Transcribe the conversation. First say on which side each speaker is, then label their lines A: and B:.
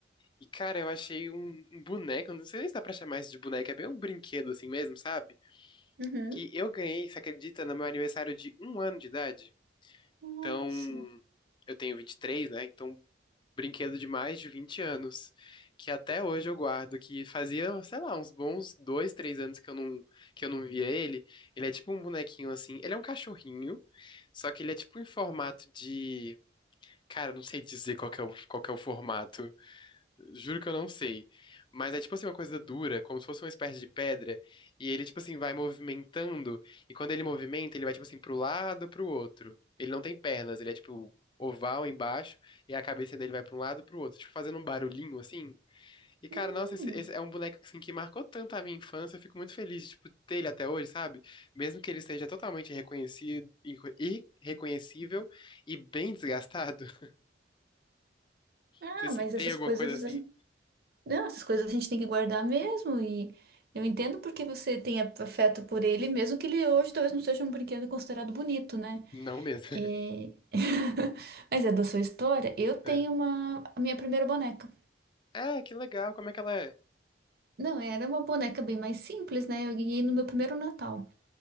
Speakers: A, on the left; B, on the right.
A: E, cara, eu achei um, um boneco, eu não sei se dá pra chamar isso de boneco, é bem um brinquedo assim mesmo, sabe?
B: Uhum.
A: Que eu ganhei, você acredita, no meu aniversário de um ano de idade?
B: Nossa.
A: Então, eu tenho 23, né? Então, brinquedo de mais de 20 anos, que até hoje eu guardo, que fazia, sei lá, uns bons dois, três anos que eu não, que eu não via ele. Ele é tipo um bonequinho assim, ele é um cachorrinho, só que ele é tipo em formato de, cara, eu não sei dizer qual que é o, qual que é o formato, Juro que eu não sei. Mas é tipo assim uma coisa dura, como se fosse uma espécie de pedra. E ele, tipo assim, vai movimentando. E quando ele movimenta, ele vai, tipo assim, pro lado, pro outro. Ele não tem pernas, ele é, tipo, oval embaixo. E a cabeça dele vai pra um lado, pro outro. Tipo, fazendo um barulhinho assim. E, cara,
B: Hum.
A: nossa, esse, esse é um boneco assim, que marcou tanto a minha infância. Eu fico muito feliz, tipo, de ter ele até hoje, sabe? Mesmo que ele seja totalmente reconhecido, irre- irreconhecível e bem desgastado. <laughs>
B: Ah,
A: Não sei se
B: mas
A: você tem
B: essas
A: alguma
B: coisas
A: coisa assim.
B: a gente... Não, essas coisas a gente tem que guardar mesmo e eu entendo porque você tem afeto por ele, mesmo que ele hoje talvez não seja um brinquedo considerado bonito, né?
A: Não mesmo.
B: É... <laughs> Mas é da sua história. Eu tenho
A: <laughs>
B: uma a minha primeira boneca.
A: É, que legal. Como é que ela é?
B: Não, era uma boneca bem mais simples, né? Eu ganhei no meu primeiro Natal.